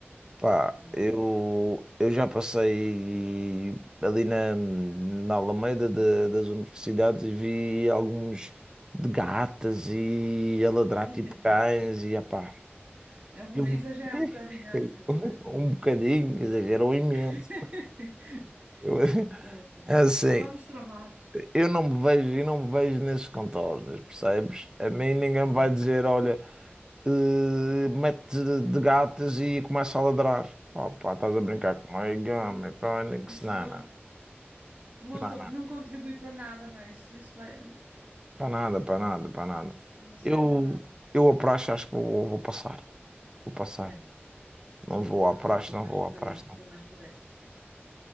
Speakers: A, on the right; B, on the right.
A: Pá,
B: não
A: eu,
B: é?
A: eu já passei ali na, na Alameda de- das universidades e vi alguns de gatas e a ladrar
B: <laughs>
A: tipo cães e apá,
B: Eu vou-
A: eu,
B: exagero
A: <laughs>
B: um bocadinho às vezes, não é?
A: um bocadinho, exagerou imenso.
B: <laughs>
A: Eu, <laughs>
B: Opa,
A: assim,
B: estamos tramados.
A: eu não me vejo, eu não me vejo nesses contornos, percebes? A mim ninguém
B: Sim.
A: me vai dizer, olha, eh, mete de, de gatas e começa a ladrar. Pá, pá, estás a brincar comigo, homem,
B: Sim.
A: pânico,
B: Isso
A: não,
B: não,
A: não,
B: não,
A: não,
B: to-
A: não,
B: não contribui para nada, não é? Isso, isso vai,
A: para nada, para nada, para nada.
B: não serve
A: Eu,
B: para nada.
A: eu à praxe acho que vou, vou passar, vou passar.
B: É,
A: Não vou
B: eu
A: à
B: também,
A: praxe,
B: estou
A: não
B: mais
A: vou
B: por
A: à praxe,
B: aí, estou
A: não.
B: mais por essa.